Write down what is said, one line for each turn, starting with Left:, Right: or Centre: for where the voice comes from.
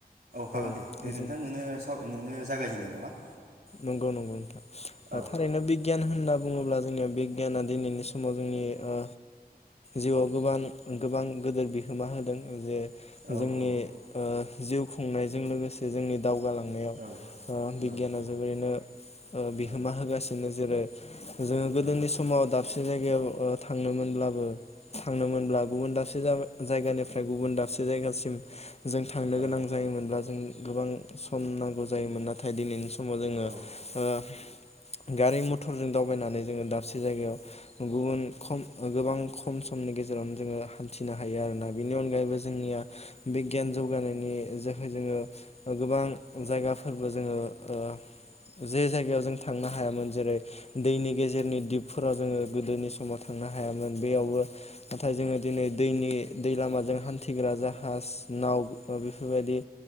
Right: हागोन
Left: औ
Right: दे दे
Left: जों
Right: नोंथां नोंनो साव नोंनो जागायजेनदो नामा
Left: नंगौ नंगौ नोंथां।
Right: औ
Left: थारैनो बिगियान होन होनना बुङोब्ला जोंनिया बिगियाना दिनैनि समाव जोंनि ओ जिउआव गोबां गोबां गोेदिर बिहोमा होदों जे
Right: औ
Left: जोंनि
Right: औ
Left: ओ जिउ खुंनायजों लोगोसे जोंनि दावगालांनायाव
Right: औ
Left: ओ बिदियानो
Right: औ औ
Left: बेनो ओ बिहोमा
Right: औ
Left: होगासिनो जेरै जोङो गोदोनि
Right: औ
Left: समाव दा साबसे जायगायाव थांनो मोनब्लाबो थांनोमोनब्लाबोमोन दासो जाबाय जायगानिफ्राय गुबुन दाबसे जायगासिम जों थांनो गोनां
Right: औ
Left: जायोमोनब्ला जों गोबां सम नांगौ जायोमोन ना फथाय दिनैनि समाव जोङो
Right: उम
Left: ओ गारि मथरजों दावबायनानै जोङो दाबसे जायगायाव गुबुन खम गोबां खम समनि गेजेरावनो जोङो हान्थिनो हायो आरोना बेनि अनगायै जोंनिया बिगियान जौगानायनि थाखाय जोङो गोबां जायगाफोरबो जोङो ओ जे जायगायाव जों थांनो हायामोन जेरै दैनि गेजेरनि दिपफोरााव जोङो गोदोनि समाव थांनो हायामोन बेयावबो नाथाय जोङो दिनै दैनि दै लामाजों हान्थिग्रा जाहाज नाव बेफोरबायदि